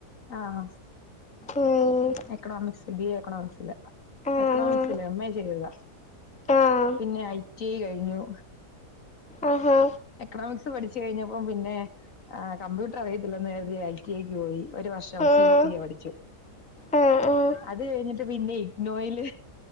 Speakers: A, on the left; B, in the centre.
A: ആഹ്
B: ഓഹ്
A: എക്കണോമിക്സ് ബിഎ എക്കണോമിക്സിലെ
B: ആഹ്
A: എക്കണോമിക്സിൽ എം എ ചെയ്തതാ
B: ആഹ്
A: പിന്നെ ഐ ടി ഐ കഴിഞ്ഞു.
B: ഓഹോ
A: എക്കണോമിക്സ് പഠിച്ചു കഴിഞ്ഞപ്പം പിന്നെ കമ്പ്യൂട്ടർ അറിയത്തില്ല എന്ന് കരുതി ഐടിഐ ക്ക് പോയി ഒരു വർഷം
B: ആഹ്
A: സിഒപിഎ പഠിച്ചു
B: ആഹ് ആഹ്
A: അത് കഴിഞ്ഞിട്ട് പിന്നെയെ നോയില്